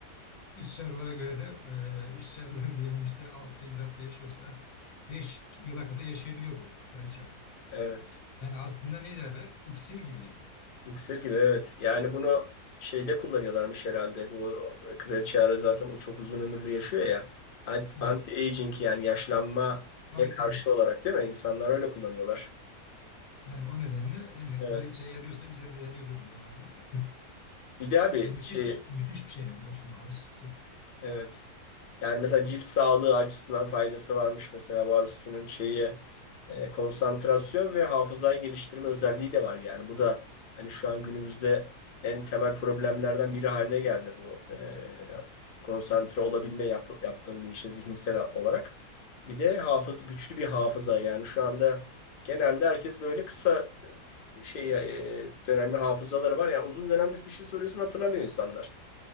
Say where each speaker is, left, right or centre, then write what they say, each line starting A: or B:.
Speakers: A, on the left; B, on the left.
A: İşçi arılara göre de e, işçi arılar <laughs> diyelim işte altı sekiz hafta yaşıyorsa 5 yıla kadar yaşayabiliyor bu kraliçe arı.
B: evet.
A: Yani aslında ne derler? İksir gibi yani.
B: İksir gibi evet. Yani bunu şeyde kullanıyorlarmış herhalde. Bu kraliçe Ara zaten o çok uzun ömürlü yaşıyor ya. Ant-
A: Evet.
B: Anti-aging yani yaşlanmaya
A: Tabii tabii.
B: karşı olarak değil mi? İnsanlar öyle kullanıyorlar.
A: Yani o nedenle yani
B: Evet.
A: kraliçeye yarıyorsa bize de yarıyordur diyorlardır. <laughs>
B: Bir de abi
A: Müthiş
B: şey
A: müthiş bir şey yani dostum arı sütü.
B: Evet. Yani mesela cilt sağlığı açısından faydası varmış mesela bu arüstünün şeyi e, konsantrasyon ve hafızayı geliştirme özelliği de var yani. Bu da hani şu an günümüzde en temel problemlerden biri haline geldi bu e, konsantre olabilme yap, yaptığım bir işe zihinsel olarak. Bir de hafız güçlü bir hafıza yani şu anda genelde herkes böyle kısa e, şey e, dönemli hafızaları var. Yani uzun dönemli bir şey soruyorsun hatırlamıyor insanlar.